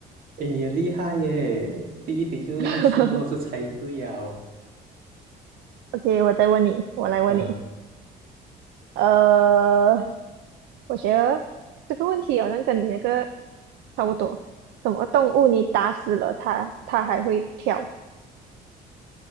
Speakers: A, on the right; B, on the right.
A: 诶，你很厉害耶，第一题就一次给我就猜对呀，
B: <laughs>？OK，我再问你，我来问你。
A: 嗯，
B: 呃，我觉得这个问题好像跟你那个差不多。什么动物你打死了它，它还会跳？